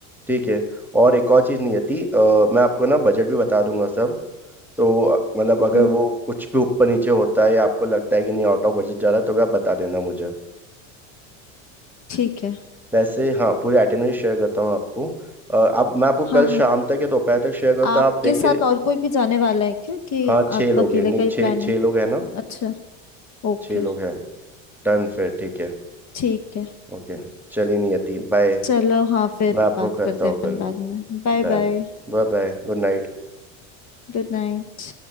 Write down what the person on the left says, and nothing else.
हाँ
ठीक है
हाँ हाँ
आपके
साथ
और कोई भी जाने वाला है क्या कि
आपका
अकेले
का ही
प्लान
है
अच्छा ओके
ठीक है
चलो हाँ फिर
बात
करते
हैं अपन
बाद में Bye
bye
Good night